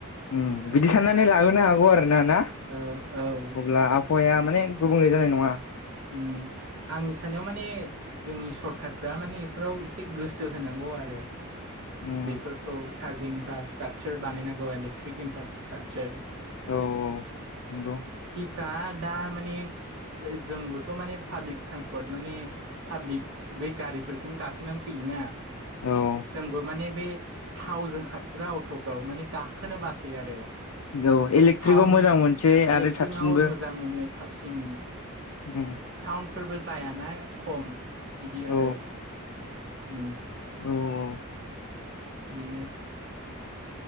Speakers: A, on the left; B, on the right.
A: ओम,
B: जों
A: बिदि साननानै
B: आं
A: लाबोनो हागौ आरोना ना?
B: औ औ
A: अब्ला आबहावाया माने गुबुंले जानाय न
B: ओम आंनि सानाव माने जोंनि सरखारफ्रा माने बेफोराव एसे गोसो होनां गौ आरो।
A: उम
B: बेफोरखौ चार्जिं इनफ्रास्ट्राकचार बानायनांगौ इलेक्ट्रिक इनफ्रास्ट्राकचार।
A: औ औ नंगौ।
B: दा दा माने ज-जो जोंबोथ' माने पाब्लिक ट्रेान्सपर्ट माने पाब्लिक बे गारिफोरखोनो गाखोनानै फैयोना।
A: औ
B: जोंबो माने बे थावजों खारग्रा अट'फ्राव माने गाखोनो बासै आरो।
A: औ इलेक्ट्रिकआव
B: सउन्ड
A: मोजां मोनसै
B: इलेक्ट्रिकआव
A: आरो साबसिनबो
B: मोजां मोनो सा बसिन
A: उम
B: साउन्डफोरबो जायाना खम। बिदि
A: औ
B: आरो। उम
A: औ औ।
B: बिदिनो